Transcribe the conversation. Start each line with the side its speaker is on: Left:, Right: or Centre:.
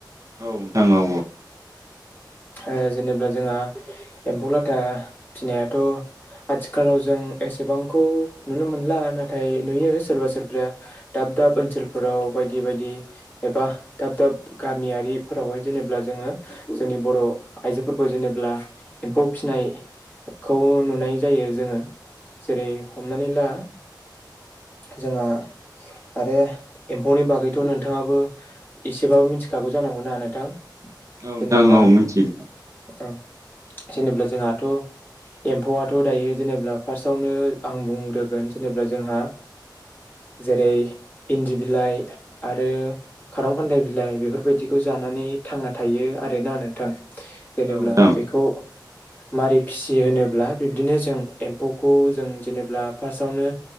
Right: औ नोंथां औ
Left: ओ जेनेबा जोंहा एम्फौ लाथा फिनायाथ' आथिखालाव जों एसेबांखौ नुनो मोनला, नाथाय नुयो सोरबा सोरबा दाब दाब ओनसोलफोराव बायदि बायदि एबा दाब दाब गामियारिफोरावहाय जेनेब्ला जोङो जोंनि बर' आइजोफोरखौ जेनेब्ला एम्फौ फिनाय खौ नुनाय जायो जोङो जेरै हमनानै ला
Right: <inaudible>
Left: जोंहा आरो एम्फौनि बागैथ' नोंथाङाबो एसेबाबो मिथिखागौ जानां गौना नोंथां
Right: औ नोंथां
Left: जेनेब्ला
Right: औ मिथियो
Left: औ जेनेब्ला जोंहाथ' एम्फौआथ' दायो जेनेबा फार्स्टआवनो आं बुंग्रोगोन जेनेब्ला जोंहा
Right: <inaudible>
Left: जेरै इन्दि बिलाइ आरो खारं खान्दाइ बिलाइ बेफोरबायदिखौ जानान नानै थांना थायो आरोना नोंथां जेनेब्ला
Right: नोंथां
Left: बेखौ मारै फिसियो होनोब्ला बिब्दिनो जों एम्फौखौ जों जेनेब्ला फार्स्टआवनो